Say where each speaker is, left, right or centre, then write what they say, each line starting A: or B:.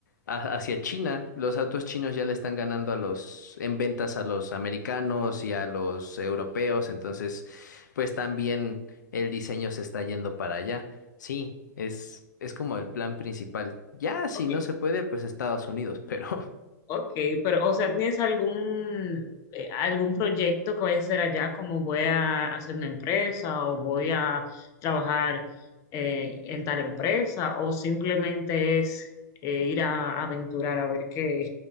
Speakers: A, on the left; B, on the left.
A: A- hacia China. Los autos chinos ya le están ganando a los, en ventas a los americanos y a los europeos. Entonces, pues también el diseño se está yendo para allá. Sí, es, es como el plan principal. Ya, si
B: Ok,
A: no se puede, pues Estados Unidos, <laughs> pero
B: ok, pero o sea, ¿tienes algún, eh, algún proyecto que vayas a hacer allá como voy a hacer una empresa o voy a trabajar eh, en tal empresa o simplemente es eh, ir a aventurar a ver qué,